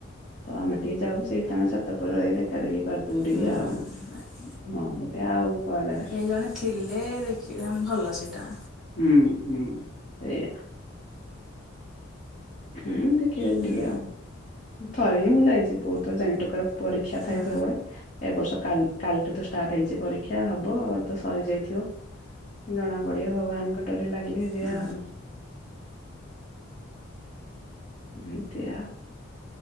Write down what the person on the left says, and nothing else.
ତ ଆମେ ଟିକେ ଯାଉ ସେଇଠି ତାଙ୍କ ଛାତଉପରେ ରଇ ଦେ ଫେରେଇକି କରିଦେଉ
ଟିକିଏ ଆଉ ନହଲେ ଆଉ କୁଆଡେ?
ଉଁ ଉଁ ସେଆ। ହୁଁ ଦେଖିବାକୁ
ଟିକିଏ ଆଉ ଥରେ ହିଁ ମୁଁ ଯାଇଛି ବୋତ୍ ଥର ଯାଇନି ଟୋକାର ପରୀକ୍ଷା
ଥାଏ ସବୁବେଳେ। ଏ ବର୍ଷା କାଲ୍ କାଲିଠୁ ତ ଷ୍ଟାର୍ଟ ହେଇଛି ପରୀକ୍ଷା ହବ ତ ସରିଯାଇଥିଅ। ଜଣା ପଡିଅ ଭଗବାନଙ୍କ ଡରି ଲାଗିଲେ ଯିଆ
ଆଉ। ଇନ୍ତୀଆ।